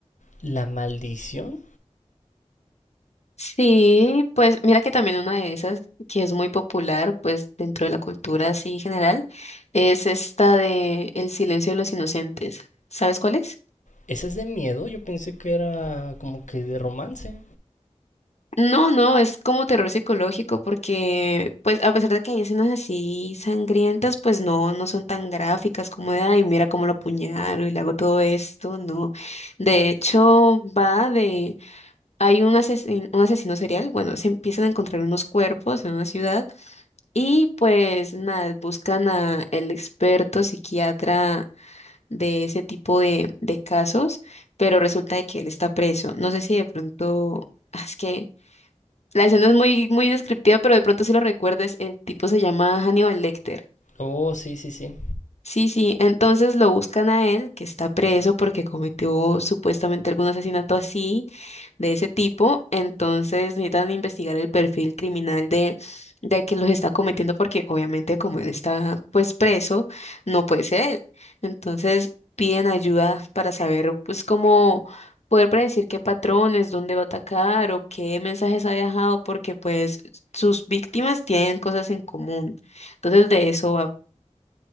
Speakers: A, on the left; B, on the left.
A: La Maldición.
B: Sí, pues mira que también una de esas que es muy popular, pues dentro de la cultura así general, es esta de El silencio de los inocentes. ¿Sabes cuál es?
A: ¿Esa es de miedo? Yo pensé que era como que de romance.
B: No, no, es como terror psicológico porque, pues, a pesar de que hay escenas así sangrientas, pues no, no son tan gráficas como de, ay, mira cómo lo apuñalo y le hago todo esto, no. De hecho, va de, hay un asesin- un asesino serial, bueno, se empiezan a encontrar unos cuerpos en una ciudad y pues nada, buscan a el experto psiquiatra de ese tipo de, de casos, pero resulta de que él está preso. No sé si de pronto, ah, es que... La escena es muy, muy descriptiva, pero de pronto si lo recuerdes, el tipo se llama Hannibal Lecter.
A: Oh, sí, sí, sí.
B: Sí, sí, entonces lo buscan a él, que está preso porque cometió supuestamente algún asesinato así, de ese tipo, entonces necesitan investigar el perfil criminal de, de quien los está cometiendo porque obviamente como él está pues preso, no puede ser él. Entonces piden ayuda para saber pues cómo poder predecir qué patrones, dónde va a atacar o qué mensajes ha dejado porque pues sus víctimas tienen cosas en común. Entonces de eso va.